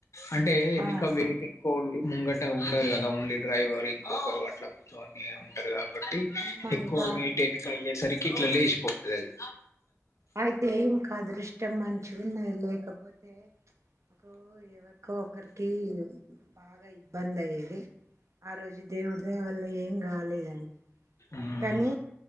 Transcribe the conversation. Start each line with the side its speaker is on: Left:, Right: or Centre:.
Left: అంటే ఎనక
Right: ఆ
Left: వెయిటి ఓన్లీ ముంగట ఉండరు కదా ఓన్లీ డ్రైవర్ ఇంకొకరు అట్లా జోనీ ఉంటారు కాబట్టి
Right: అమ్మ
Left: ఎక్కువ
Right: ఇంకా
Left: వెయిట్ ఎన్నిక అయ్యే సరికి ఇట్లో లేచిపోతుంది అది
Right: అయితే ఇంక అదుృష్టం మంచి ఉన్న లేకపోతే ఒకకు ఎవరికో ఒకరికి బాగా ఇబ బంద్ అయ్యేది ఆ రోజు దేవుడి దయ వల్ల ఏం కాలేదండి
Left: ఉమ్
Right: కానీ